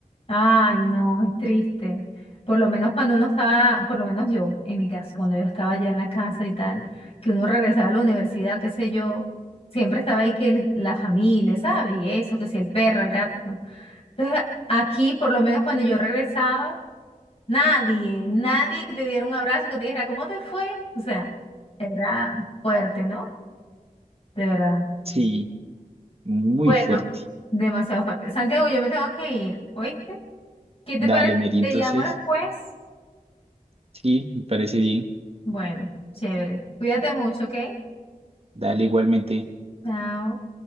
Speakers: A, on the left (about 45°); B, on the right (about 45°).
A: ay, no, es triste. Por lo menos cuando uno estaba, por lo menos yo, en mi caso, cuando yo estaba ya en la casa y tal, que uno regresaba a la universidad, qué sé yo, siempre estaba ahí que el- la familia, ¿sabes? Y eso, que si el perro, el gato. ¿no? Entonces, aquí, por lo menos cuando yo regresaba, Nadie, nadie que te diera un abrazo, que te dijera, ¿cómo te fue? O sea, era fuerte, ¿no? De verdad.
B: Sí, muy
A: Bueno,
B: fuerte.
A: demasiado fuerte. Santiago, yo me tengo que ir, ¿oíste? ¿Qué te
B: Dale,
A: parece? si
B: Mary,
A: Te
B: entonces,
A: llamo después.
B: sí, me parece bien.
A: Bueno, chévere. Cuídate mucho, ¿ok?
B: Dale igualmente.
A: Chao.